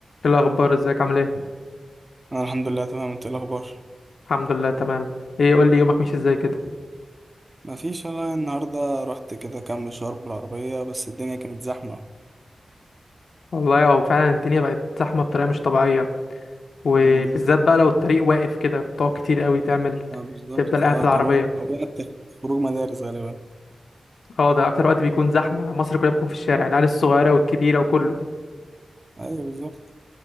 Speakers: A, on the left; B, on the right.
A: إيه الاخبار ازيك عامل ايه
B: انا الحمد لله تمام انت إيه الاخبار
A: الحمد لله تمام ايه قول لي يومك ماشي ازاي كده
B: ما فيش والله النهارده رحت كده كام مشوار بالعربيه بس الدنيا كانت زحمه
A: والله هو فعلا الدنيا بقت زحمه بطريقه مش طبيعيه وبالذات
B: امم
A: بقى لو الطريق واقف كده بتقعد كتير قوي تعمل
B: آه بالظبط
A: تفضل قاعد
B: اه
A: في العربيه
B: كان وق- وقت خروج مدارس غالبا
A: اه ده اكتر وقت بيكون زحمه مصر كلها بتكون في الشارع العيال الصغيره والكبيره وكله
B: ايوه بالظبط